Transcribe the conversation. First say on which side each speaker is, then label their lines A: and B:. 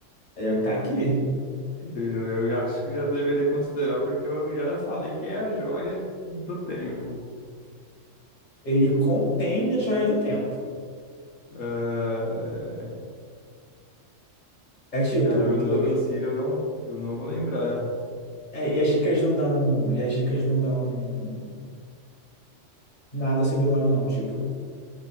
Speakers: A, on the left (about 35°); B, on the left (about 75°).
A: é o que tá aqui.
B: Eu já acho que já deveria considerar, porque eu já falei que é a joia do tempo.
A: Ele contém a joia do tempo.
B: Ah,
A: É tipo,
B: cara, o nome
A: t-
B: em si eu não, eu não vou lembrar.
A: é, e as dicas não dão, e as dicas não dão nada sobre o nome, não. Tipo,